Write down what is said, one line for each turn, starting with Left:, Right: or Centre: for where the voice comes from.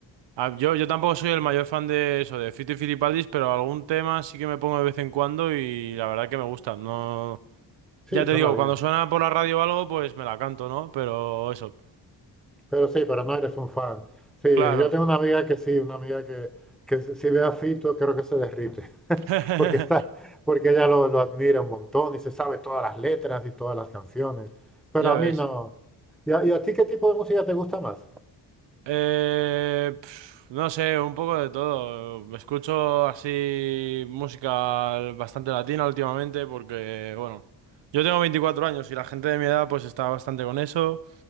Right: Ah, Yo, yo tampoco soy el mayor fan de eso, de Fito y Fitipaldis, pero algún tema sí que me pongo de vez en cuando y la verdad que me gusta. No,
Centre: Sí,
Right: ya te
Centre: suena
Right: digo,
Centre: bien.
Right: cuando suena por la radio o algo, pues me la canto, ¿no? Pero eso,
Centre: Pero sí, pero no eres un fan. Sí,
Right: claro.
Centre: yo tengo una amiga que sí, una amiga que, que si si ve a Fito creo que se derrite.
Right: <laughs>
Centre: Porque está, porque ella lo, lo admira un montón y se sabe todas las letras y todas las canciones. Pero
Right: Ya
Centre: a
Right: ves.
Centre: mí no. ¿Y a, y a ti qué tipo de música te gusta más?
Right: Eh, pf, no sé, un poco de todo. Escucho así música bastante latina últimamente porque, bueno, yo tengo 24 años y la gente de mi edad pues está bastante con eso.